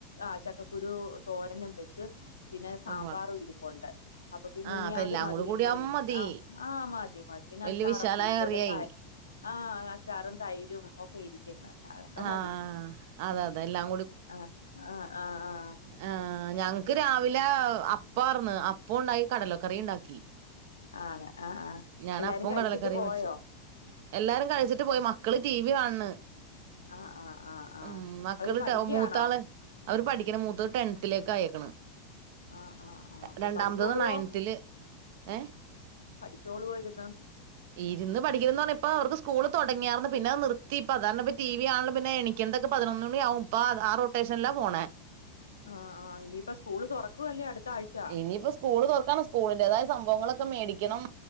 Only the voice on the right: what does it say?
ഉവ്വ
ആഹ്
അപ്പൊ
എല്ലാം
കൂടെ കൂടിയാവുമ്പോ
മതി
വല്യ
വിശാലായ
കറിയായി
ആഹ്
അതെ
അതെ എല്ലാം
ആ ഞങ്ങക്ക് രാവിലെ അപ്പം ആര്ന്ന് അപ്പ ഉണ്ടായി കടലക്കറി ഇണ്ടാക്കി
ഞാന്
അപ്പവും
കടല കറിയും
വെച്ചു എല്ലാരും കഴിച്ചിട്ട് പോയി മക്കള് ടി വി കാണണ്
ഉം മക്കള്
മൂത്താള് അവര് പഠി മൂത്തത് ടെൻത്തിലേക്ക് അയേക്കണ്
രണ്ടാമത്തേത്
നയൻത്തില് ഏഹ്
ഉ ഇരുന്ന് പഠിക്കണ്ന്ന് പറഞ്ഞാ ഇപ്പോ അവർക്ക് സ്കൂള് തുടങ്ങിയാർന്ന് പിന്നെ നിർത്തി ഇപ്പ അതാരണപ്പ ടി വി ആണലും പിന്നെ ക്കെന്തൊക്കെ പതിനൊന്ന് മണിയാവും ഇപ്പ ആ റൊട്ടേഷൻലാ പോണേ
ഇനിയിപ്പോ സ്കൂള് തുറക്കാണ് സ്കൂളിൻ്റേതായ സംഭവങ്ങളൊക്കെ മേടിക്കണം